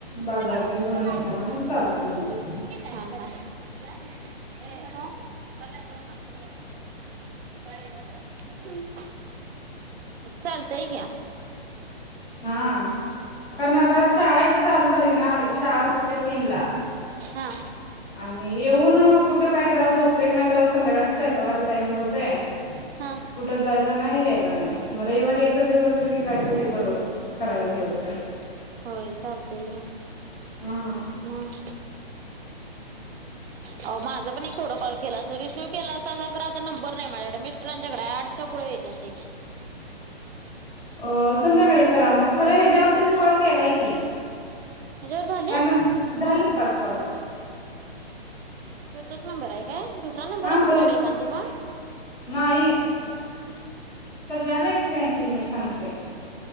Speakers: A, on the left (about 50°); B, on the right (about 75°).
A: बाजार
B: ये मावशे
A: तेन भरून
B: तो <unintelligible>
A: येताना मग चालतंय म्हणलेत.
B: हा हा ये पन्नास रुपये माआ कुठ गेल मं <unintelligible> चालतय क्या
A: हा कारण आता शाळा एकदा चालू झाली ना शाळा सुटत्यात तीन ला
B: हा
A: आणि येऊन कुठं काय जरा झोपतय का नाय तवर संध्याकाळच स्वयंपाकाचं टायमिंग होतंय.
B: हां
A: कुठं जायला नाय यायला नाय म रयवारी एकच दिवस असतं की काय तरी हे करू करायला हे होतंय.
B: होय चालतंय की
A: हूं हूं
B: म
A: <inaudible>
B: आहो माझं पण एक थोडं कॉल केला अस रिसिव्ह केला असता सा खरं आता नंबर नाय माझकड मिस्ट रांच्याकडे हाय आठच्या पुढं येत्यात ते
A: अ संध्याकाळी करा म खरं ह्याज्यावर तुम्ही कॉल केलाय की
B: ह्याच्यावर झालेत
A: हया नंम झालं पाच कॉल
B: ह्यो तोच नंबर हाय काय दुसरा नंबर
A: हा
B: हाय तुमच्याकड
A: तोच
B: एकखांदी म
A: नाही सगळ्याला एकशे ऐंशी लिमिट सांगतय.